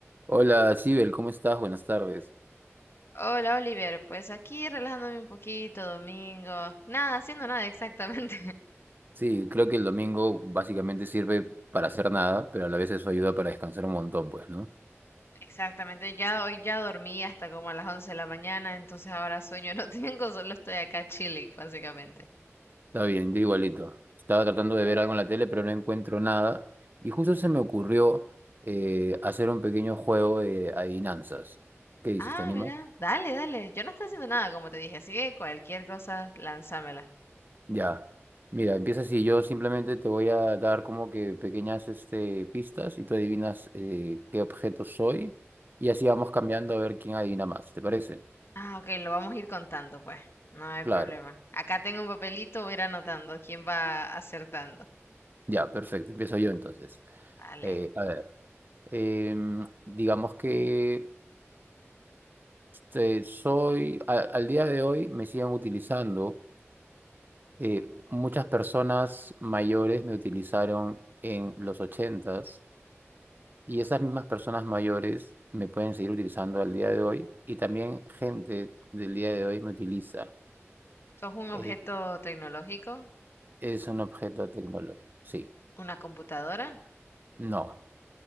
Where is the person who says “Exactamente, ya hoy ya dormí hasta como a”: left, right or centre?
Left